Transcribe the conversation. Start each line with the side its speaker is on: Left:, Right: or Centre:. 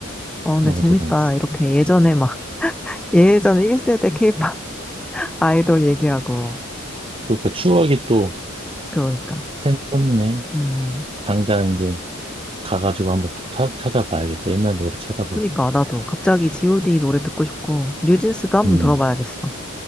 Centre: 어, 근데
Right: 너무
Centre: 재밌다.
Right: 대단했어.
Centre: 이렇게 예전에 막, <laughs> 예전에 1세대 케이팝 아이돌 얘기하고,
Right: 그러니까 추억이 또
Centre: 그러니까.
Right: 샘솟네.
Centre: 음.
Right: 당장 이제 가가지고 한번 또 타- 찾아봐야겠다. 옛날 노래 찾아봐.
Centre: 그니까 나도 갑자기 G.O.D 노래 듣고 싶고 뉴진스도 한번
Right: 음,
Centre: 들어봐야겠어.